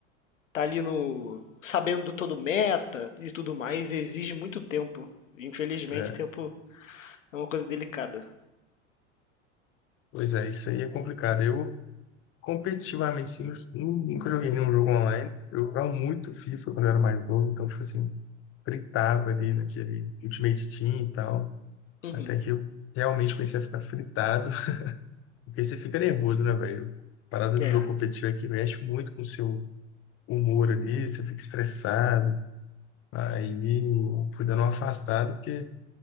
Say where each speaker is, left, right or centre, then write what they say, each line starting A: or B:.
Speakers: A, on the left; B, on the left.
A: tá ali no sabendo todo meta e tudo mais, exige muito tempo. Infelizmente,
B: É.
A: tempo é uma coisa delicada.
B: Pois é, isso aí é complicado. Eu, competitivamente, sim, eu nu- nunca joguei nenhum jogo online. Eu jogava muito FIFA quando eu era mais novo, então, tipo assim, fritava ali naquele Ultimate Team e tal.
A: Uhum.
B: Até que eu realmente comecei a ficar fritado. <laughs> Porque você fica nervoso, né, velho? A parada do
A: É.
B: jogo competitivo é que mexe muito com o seu humor ali, você fica estressado. Aí fui dando uma afastada, porque